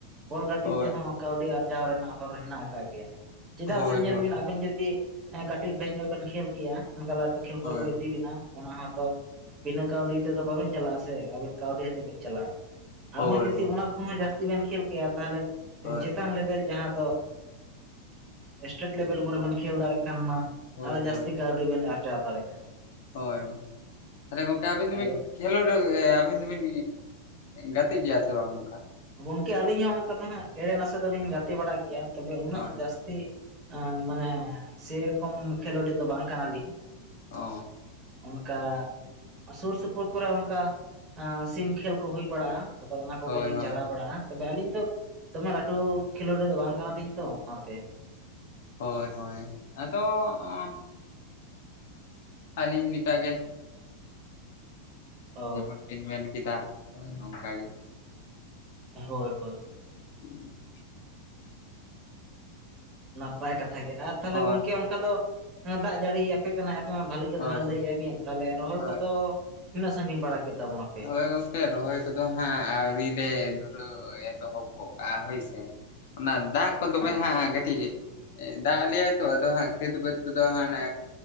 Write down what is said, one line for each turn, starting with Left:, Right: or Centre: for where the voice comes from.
Right: ᱵᱚᱞ ᱜᱟᱛᱮᱜ
Left: ᱦᱳᱭ
Right: ᱛᱮᱦᱚᱸ ᱠᱟᱹᱣᱰᱤ ᱟᱨᱡᱟᱣ ᱨᱮᱱᱟᱜ ᱦᱚᱨ ᱦᱮᱱᱟᱜ ᱠᱟᱫ ᱜᱮᱭᱟ ᱪᱮᱫᱟᱜ
Left: ᱦᱳᱭ
Right: ᱥᱮ ᱧᱮᱞ
Left: ᱦᱳᱭ
Right: ᱵᱤᱱ ᱟᱵᱮᱱ ᱡᱩᱫᱤ ᱠᱟᱹᱴᱤᱡ ᱵᱮᱥ ᱧᱚᱜ ᱵᱮᱱ ᱠᱷᱮᱞ ᱠᱮᱭᱟ ᱚᱱᱠᱟ ᱞᱟᱴᱩ ᱠᱷᱮᱞ ᱵᱚᱨᱮ
Left: ᱦᱳᱭ
Right: ᱠᱚ ᱤᱫᱤ ᱵᱮᱱᱟ ᱚᱱᱟ ᱦᱚᱸᱛᱚ ᱵᱤᱱᱟᱹ ᱠᱟᱹᱣᱰᱤ ᱛᱮᱫᱚ ᱵᱟᱵᱮᱱ ᱪᱟᱞᱟᱜ ᱟᱥᱮ ᱟᱵᱤᱱᱟᱹᱠᱟᱣᱰᱤ ᱟᱛᱮᱫ ᱵᱤᱱ ᱪᱟᱞᱟᱜᱼᱟ ᱥᱮ ᱟᱨᱦᱚᱸ
Left: ᱦᱳᱭ
Right: ᱡᱩᱫᱤ
Left: ᱦᱳᱭ
Right: ᱚᱱᱟ ᱠᱷᱚᱱ ᱦᱚᱸ ᱡᱟᱹᱥᱛᱤ ᱡᱩᱫᱤ ᱵᱮᱱ ᱠᱷᱮᱞ ᱠᱮᱭᱟ, ᱛᱟᱦᱟᱞᱮ
Left: ᱦᱳᱭ
Right: ᱪᱮᱛᱟᱱ ᱞᱮᱵᱮᱞ ᱡᱟᱦᱟᱸ ᱫᱚ, ᱮᱴᱮᱴ ᱞᱮᱵᱮᱞ ᱠᱚᱨᱮ ᱵᱚᱱ ᱠᱷᱮᱞ ᱫᱟᱲᱮᱭᱟᱜ ᱠᱷᱟᱱ ᱢᱟ,
Left: ᱦᱳᱭ ᱦᱳᱭ
Right: ᱟᱨᱦᱚ
Left: ᱦᱳᱭ
Right: ᱡᱟᱹᱥᱛᱤ ᱠᱟᱹᱣᱰᱤ ᱵᱤᱱ ᱟᱨ ᱡᱟᱣ ᱫᱟᱲᱮᱜᱼᱟ
Left: ᱦᱳᱭ ᱢᱟᱱᱮ ᱜᱚᱢᱠᱮ ᱟᱵᱤᱱ ᱫᱚᱵᱤᱱ
Right: ᱟᱫᱚ
Left: ᱠᱷᱮᱞᱳᱰ ᱟᱵᱤᱱ ᱫᱚᱵᱤᱱ ᱜᱟᱛᱮᱜ ᱜᱮᱭᱟ ᱥᱮ ᱵᱟᱝ ᱱᱚᱝᱠᱟ
Right: ᱜᱚᱝᱠᱮ ᱟᱹᱞᱤᱧ ᱦᱚᱸ ᱚᱱᱠᱟ ᱫᱚ ᱦᱟᱸᱜ, ᱮᱲᱮ ᱱᱟᱥᱮ ᱫᱚᱞᱤᱧ ᱜᱟᱛᱮ ᱵᱟᱲᱟᱜ ᱜᱮᱭᱟ ᱛᱚᱵᱮ ᱩᱱᱟᱹᱜ
Left: ᱦᱳᱭ
Right: ᱡᱟᱹᱥᱛᱤ ᱢᱟᱱᱮ <inaudible> ᱥᱮᱨᱚᱠᱚᱢ ᱠᱷᱮᱞᱳᱰᱤ ᱫᱚ ᱵᱟᱝ ᱠᱟᱱᱟᱞᱤᱧ
Left: ᱚ
Right: ᱚᱱᱠᱟ ᱥᱩᱨ ᱥᱩᱯᱩᱨ ᱠᱚᱨᱮ ᱚᱱᱠᱟ ᱥᱤᱢ ᱠᱷᱮᱞ ᱠᱚ ᱦᱩᱭ ᱵᱟᱲᱟᱜᱼᱟ ᱟᱫᱚ ᱚᱱᱟ ᱠᱚᱜᱮᱞᱤᱧ
Left: ᱦᱳᱭ ᱦᱳᱭ
Right: ᱪᱟᱞᱟᱣ ᱵᱟᱲᱟᱜᱼᱟ ᱛᱚᱵᱮ ᱟᱹᱞᱤᱧ ᱫᱚ ᱫᱚᱢᱮ ᱞᱟᱹᱴᱩ ᱠᱷᱮᱞᱳᱰᱤ ᱫᱚ ᱵᱟᱝ ᱠᱟᱱᱟᱞᱤᱧ ᱛᱚ ᱚᱱᱟᱛᱮ
Left: ᱦᱳᱭ ᱦᱳᱭ ᱟᱫᱚ, ᱟᱹᱞᱤᱧ ᱞᱮᱠᱟ ᱜᱮ
Right: ᱚ
Left: ᱡᱮᱢᱚᱱ ᱠᱤᱱ ᱢᱮᱱ ᱠᱮᱫᱟ ᱚᱱᱠᱟ ᱜᱮ
Right: ᱦᱳᱭ ᱦᱳᱭ
Left: ᱦᱩᱸ <inaudible>
Right: ᱱᱟᱯᱟᱭ ᱠᱟᱛᱷᱟ ᱜᱮ, ᱟᱨ ᱛᱟᱦᱚᱞᱮ
Left: ᱦᱳᱭ
Right: ᱜᱚᱝᱠᱮ ᱚᱱᱠᱟ ᱫᱚ ᱫᱟᱜ ᱡᱟᱹᱲᱤ ᱟᱯᱮ ᱟᱯᱮ ᱢᱟ ᱵᱷᱟᱹᱞᱤ ᱜᱮ,
Left: ᱦᱳᱭ
Right: ᱛᱟᱦᱚᱞᱮ ᱞᱟᱹᱭᱮᱫ ᱟᱵᱤᱱ ᱛᱟᱦᱚᱞᱮ ᱨᱚᱦᱚᱭ
Left: ᱦᱳᱭ
Right: ᱠᱚᱫᱚ ᱛᱤᱱᱟᱹᱜ ᱥᱟᱺᱜᱤᱧᱲᱟ ᱠᱮᱫ ᱛᱟᱵᱚᱱᱟ᱾
Left: ᱦᱳᱭ ᱜᱚᱢᱠᱮ ᱨᱚᱦᱚᱭ ᱠᱚᱫᱚ ᱦᱟᱸᱜ ᱟᱹᱣᱨᱤ ᱞᱮ ᱫᱷᱩᱨᱟᱹ ᱮᱛᱚᱦᱚᱵ ᱜᱚᱜ ᱠᱟᱜᱼᱟ ᱦᱳᱭ ᱥᱮ ᱚᱱᱟ ᱫᱟᱜ ᱠᱚ ᱫᱚᱢᱮ ᱦᱟᱸᱜ ᱠᱟᱹᱴᱤᱡ ᱫᱟᱜ ᱟ ᱞᱮᱟᱭ ᱛᱚ ᱟᱫᱚ ᱦᱟᱸᱜ ᱠᱷᱟᱹᱮᱛ ᱵᱟᱹᱫᱽ ᱠᱚᱫᱚ ᱦᱟᱱᱮ